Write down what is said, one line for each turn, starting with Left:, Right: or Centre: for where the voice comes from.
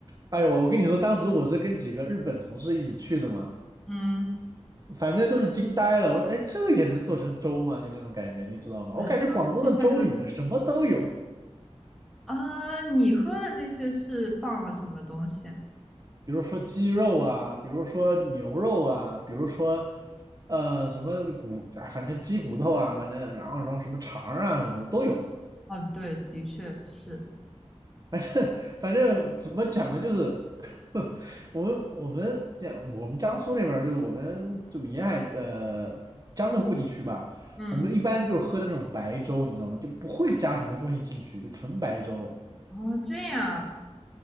Right: 哎呦，我跟你说，当时我是跟几个日本同事一起去的嘛，
Centre: 嗯，
Right: 反正都是惊呆了。我说，哎，这也能做成粥吗？就那种感觉，你知道吗？
Centre: 啊，
Right: 我感觉广东的粥里面什么都有。
Centre: 它它有呃，啊你喝的那些是放了什么东西啊？
Right: 比如说鸡肉啊，比如说牛肉啊，比如说呃什么骨，啊反正鸡骨头啊，反正然后然后什么肠儿啊什么的都有，
Centre: 哦，对，的确是。
Right: 反正反正怎么讲呢，就是 <laughs> 我们我们这我们江苏那边儿就是我们就沿海的江浙沪地区吧，
Centre: 嗯，
Right: 我们一般就是喝的那种白粥，你知道吗？就不会加什么东西进去，就纯白粥。
Centre: 哦，这样。